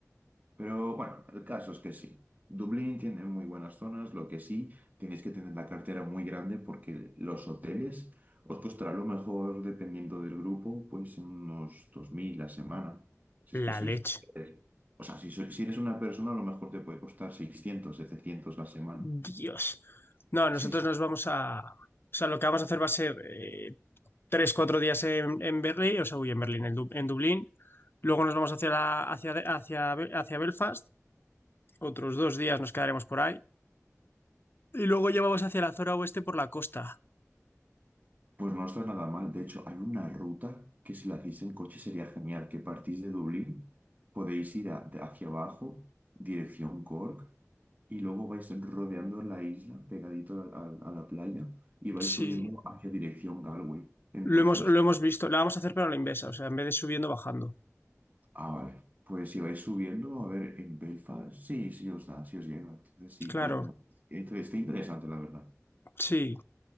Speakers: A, on the right (about 30°); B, on the left (about 45°).
A: Pero bueno, el caso es que sí. Dublín tiene muy buenas zonas, lo que sí, tienes que tener la cartera muy grande porque los hoteles os costará a lo mejor, dependiendo del grupo, pues unos 2.000 la semana. Si
B: la
A: es que sois...
B: leche.
A: O sea, si, sois- si eres una persona, a lo mejor te puede costar 600 700 la semana.
B: Dios. No, nosotros
A: Sí, sí.
B: nos vamos a... O sea, lo que vamos a hacer va a ser eh, tres, cuatro días en, en Berlín, o sea, uy, en Berlín, en, Du- en Dublín. Luego nos vamos hacia, la- hacia, hacia, Be- hacia Belfast. Otros dos días nos quedaremos por ahí. Y luego ya vamos hacia la zona oeste por la costa.
A: Pues no está nada mal. De hecho, hay una ruta que si la hacéis en coche sería genial, que partís de Dublín, podéis ir a- de- hacia abajo, dirección Cork, y luego vais rodeando la isla pegadito al- al- a, la playa y vais
B: Sí.
A: subiendo hacia dirección Galway. Entonces,
B: Lo hemos, lo hemos visto, la vamos a hacer pero a la inversa, o sea, en vez de subiendo, bajando.
A: ah, vale. Pues si vais subiendo, a ver, en Belfast, sí, sí os da, sí os llega. Entonces, sí,
B: Claro,
A: bueno, entonces está interesante, la verdad.
B: sí.